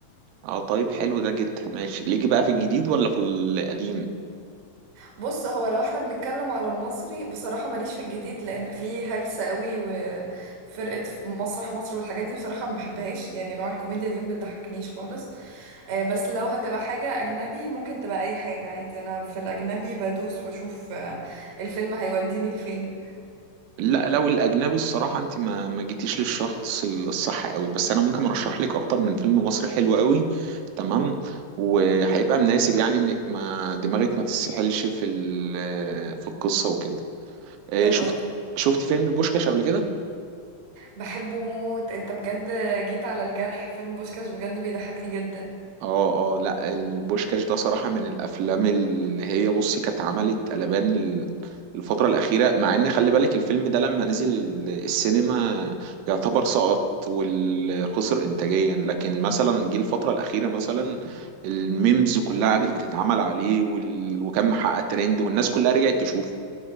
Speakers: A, on the right (about 85°); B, on the right (about 55°).
A: اه طيب حلو ده جدا ماشي ليكي بقى في الجديد ولا في القديم؟
B: بص هو لو احنا بنتكلم على المصري بصراحه ماليش في الجديد لان فيه هلس قوي وفرقه مسرح مصر والحاجات دي بصراحه ما بحبهاش يعني نوع الكوميديا دي ما بتضحكنيش خالص آه، بس لو هتبقى حاجة أجنبي ممكن تبقى أي حاجة عادي أنا في الأجنبي بدوس وأشوف آه، الفيلم هيوديني لفين
A: لا لو الاجنبي الصراحه انت ما ما جيتيش للشخص الصح قوي بس انا ممكن ارشح لك اكتر من فيلم مصري حلو قوي تمام وهيبقى مناسب يعني انك ما دماغك ما تسحلش في ال- في القصه وكده آه،
B: طب
A: شفت
B: قولي
A: شفت فيلم بوشكاش قبل كده
B: بحبه موت أنت بجد جيت على الجرح فيلم بوشكاش بجد بيضحكني جدا
A: اه اه لا البوشكاش ده صراحة من الافلام اللي هي بصي كانت عملت قلبان ال- الفترة الأخيرة مع إن خلي بالك الفيلم ده لما نزل ال- السينما يعتبر سقط وخسر إنتاجيا لكن مثلا جه الفترة الأخيرة مثلا الميمز كلها قعدت بتتعمل عليه وال... وكان محقق ترند والناس كلها رجعت تشوفه